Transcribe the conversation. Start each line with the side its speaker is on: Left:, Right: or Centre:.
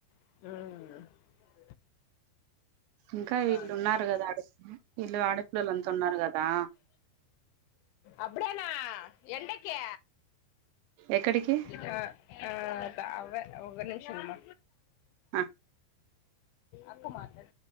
Left: హా
Right: ఇంకా వీళ్ళు
Left: బానే
Right: ఉన్నారు
Left: ఉంది
Right: కదా ఆడ వీళ్ళు ఆడపిల్లలు అంతా ఉన్నారు కదా
Left: అప్పుడేనా ఎండకీ
Right: ఎక్కడికి
Left: హ ఆ అవ్ ఒక నిమీషమమ్మ
Right: ఆ
Left: అక్క మాట్లాడ